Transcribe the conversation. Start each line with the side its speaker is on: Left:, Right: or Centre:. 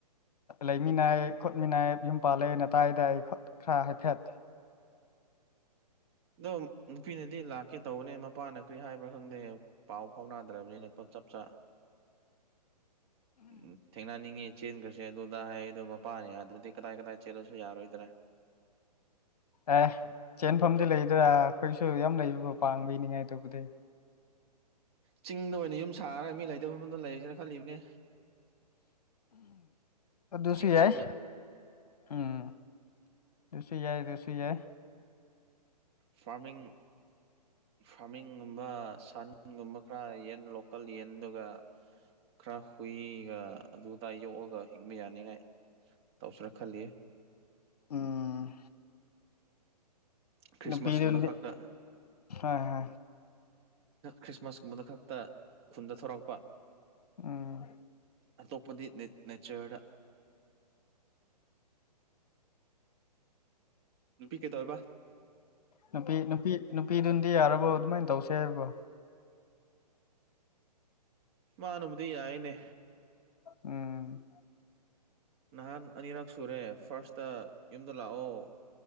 Left: ꯂꯩꯃꯤꯟꯅꯏ ꯈꯣꯠꯃꯤꯟꯅꯏ ꯌꯨꯝ ꯄꯥꯜꯂꯦ ꯅꯥꯗꯥꯏ ꯗꯥꯏ ꯈꯔ ꯍꯥꯏꯐꯦꯠ
Right: ꯑꯗꯣ ꯅꯨꯄꯤꯅꯗꯤ ꯂꯥꯛꯀꯦ ꯇꯧꯕꯅꯦ ꯃꯄꯥꯅ ꯀꯔꯤ ꯍꯥꯏꯕ꯭ꯔꯥ ꯈꯪꯗꯦ ꯄꯥꯎ ꯐꯥꯎꯅꯗ꯭ꯔꯕꯅꯤꯅ ꯄꯣ ꯆꯞ ꯆꯥ ꯎꯝ ꯊꯦꯡꯅꯅꯤꯡꯉꯤ ꯆꯤꯟꯈ꯭ꯔꯁꯦ ꯑꯗꯨꯗ ꯍꯥꯏꯗꯣ ꯃꯄꯥꯟ ꯌꯥꯗ꯭ꯔꯗꯤ ꯀꯗꯥꯏ ꯀꯗꯥꯏ ꯆꯦꯜꯂꯁꯨ ꯌꯥꯔꯣꯏꯗ꯭ꯔꯥ
Left: ꯑꯦ ꯆꯦꯟꯐꯝꯗꯤ ꯂꯩꯗ ꯑꯩꯈꯣꯏꯁꯨ ꯌꯥꯝ ꯂꯩꯕꯕꯣ ꯄꯥꯡꯕ ꯏꯅꯤꯉꯥꯏ ꯑꯗꯨꯕꯨꯗꯤ
Right: ꯆꯤꯡꯗ ꯑꯣꯏꯅ ꯌꯨꯝ ꯁꯥꯔꯒ ꯃꯤ ꯂꯩꯇꯕ ꯃꯐꯝꯗ ꯂꯩꯁꯦꯅ ꯈꯜꯂꯤꯕꯅꯦ ꯏꯆꯤꯛ
Left: ꯨꯁꯔꯤ
Right: ꯆꯤꯛꯅ
Left: ꯍꯥꯏꯏ ꯎꯝ ꯁꯨ ꯌꯥꯏ ꯁꯨ ꯌꯥꯏ
Right: ꯐꯔꯃꯤ ꯐꯥꯃꯤ ꯒꯨꯝꯕ ꯁꯅꯟꯒꯨꯝꯕ ꯈꯔ ꯌꯦꯟ ꯂꯣꯀꯦꯜ ꯌꯦꯟ ꯑꯗꯨꯒ ꯈꯔ ꯍꯨꯏ ꯑꯩ ꯑꯗꯨꯗꯥꯏ ꯌꯣꯛꯑꯒ ꯍꯤꯡꯕ ꯌꯥꯅꯤꯉꯥꯏ ꯇꯧꯁꯤꯔ ꯈꯜꯂꯤ
Left: ꯎꯝ
Right: ꯈ꯭ꯔꯤꯁꯃꯥꯁꯀꯨꯝꯕꯗ
Left: ꯄꯤꯔꯗꯤ
Right: ꯈꯛꯇ
Left: ꯑ ꯍꯥ
Right: ꯈ꯭ꯔꯤꯁꯃꯥꯁꯀꯨꯝꯕꯗꯨ ꯈꯛꯇ ꯈꯨꯟꯗ ꯊꯧꯔꯛꯄ
Left: ꯎꯝ
Right: ꯑꯇꯣꯞꯄꯗꯤ ꯅꯦꯆꯔꯗ ꯅꯨꯄꯤ ꯀꯩꯗꯧꯔꯤꯕ
Left: ꯅꯨꯄꯤ ꯅꯨꯄꯤ ꯅꯨꯄꯤꯗꯨꯅꯗꯤ ꯌꯥꯔꯕꯣ ꯑꯗꯨꯃꯥꯏꯅ ꯇꯧꯁꯦ ꯍꯥꯏꯔꯕꯣ
Right: ꯃꯥꯅꯨꯕꯨꯗꯤ ꯌꯥꯏꯅꯦ
Left: ꯎꯝ
Right: ꯅꯍꯥꯟ ꯑꯅꯤꯔꯛ ꯁꯨꯔꯦ ꯐꯥꯔꯁꯇ ꯌꯨꯝꯗ ꯂꯥꯛꯑꯣ